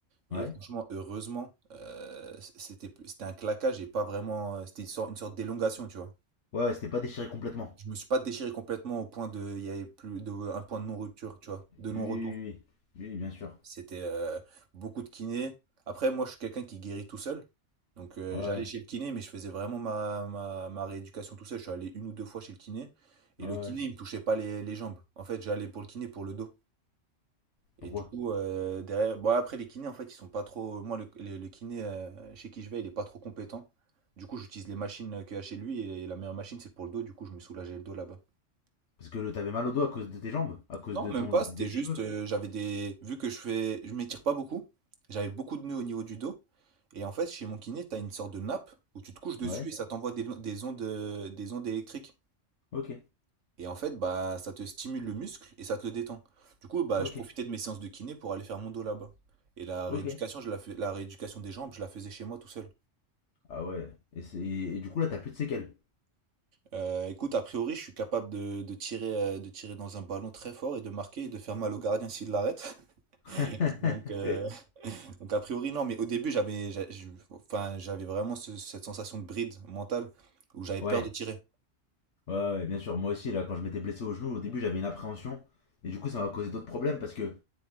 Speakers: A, on the right; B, on the left.
A: Et
B: Ouais
A: franchement, heureusement, heu, c c'était plus c'était un claquage et pas vraiment, c'était une sorte une sorte d'élongation, tu vois?
B: Ouais, ouais, c'était pas déchiré complètement.
A: Je me suis pas déchiré complètement au point de il y avait plus de un point de non-rupture, tu vois? De non-retour.
B: Oui, oui, oui. Oui, bien sûr.
A: C'était, heu, beaucoup de kiné. Après moi, je suis quelqu'un qui guérit tout seul, donc heu,
B: Ouais, ouais,
A: j'allais chez le kiné, mais je faisais vraiment ma ma ma rééducation tout seul. Je suis allé une ou 2 fois chez le kiné et
B: ouais.
A: le
B: ouais.
A: kiné, il me touchait pas les les jambes. En fait, j'allais pour le kiné pour le dos.
B: Pourquoi
A: Et du coup, euh, derrière, bon, après les kinés, en fait, ils sont pas trop. Moi, le, le- le kiné euh, chez qui je vais, il est pas trop compétent. Du coup, j'utilise les machines euh, qu'il y a chez lui et la meilleure machine, c'est pour le dos. Du coup, je me soulageais le dos là-bas.
B: Parce que t'avais mal au dos à cause de tes jambes À cause
A: Non,
B: de
A: même
B: ton
A: pas.
B: de tes
A: C'était
B: déchirures
A: juste, euh, j'avais des. Vu que je fais, je m'étire pas beaucoup, j'avais beaucoup de nœuds au niveau du dos. Et en fait, chez mon kiné, t'as une sorte de nappe où tu te couches dessus
B: Ouais
A: et ça t'envoie des, des ondes, euh, des ondes électriques.
B: Ok,
A: Et en fait, bah, ça te stimule le muscle et ça te le détend. Du coup, bah,
B: ok,
A: je profitais de mes séances de kiné pour aller faire mon dos là-bas. Et la
B: ok.
A: rééducation, je la fais, la rééducation des jambes, je la faisais chez moi tout seul.
B: Ah ouais. Et, c'est- et du coup, là, t'as plus de séquelles.
A: Euh, écoute, a priori, je suis capable de, de tirer, euh, de tirer dans un ballon très fort et de marquer et de faire mal au gardien s'il l'arrête.
B: <laughs>
A: <laughs> Donc, euh, <laughs> donc a priori, non. Mais au début, j'avais, j'a- je- enfin, j'avais vraiment ce- cette sensation de bride mentale où j'avais
B: ouais.
A: peur de tirer.
B: Ouais, ouais, bien sûr. Moi aussi, là, quand je m'étais blessé au genou, au début, j'avais une appréhension. Et du coup, ça m'a causé d'autres problèmes parce que,